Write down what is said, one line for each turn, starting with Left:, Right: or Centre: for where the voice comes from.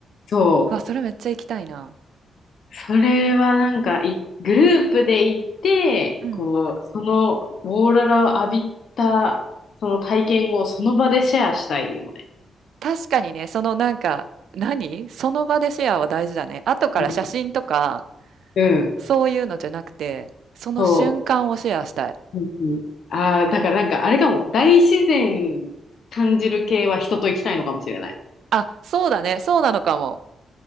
Left: そう。
Right: うわ、それめっちゃ行きたいな。
Left: それはなんかい、グループで行って、
Right: うん。
Left: こう、そのオーロラを浴びた、その体験をその場でシェアしたいよね。
Right: 確かにね、そのなんか、何その場でシェアは大事だね。後から写真とか、
Left: うん。うん
Right: そういうのじゃなくて、その瞬間をシェアしたい。
Left: そう。うんうん。ああ、だからなんかあれかも。大自然感じる系は人と行きたいのかもしれない。
Right: あ、そうだね。そうなのかも。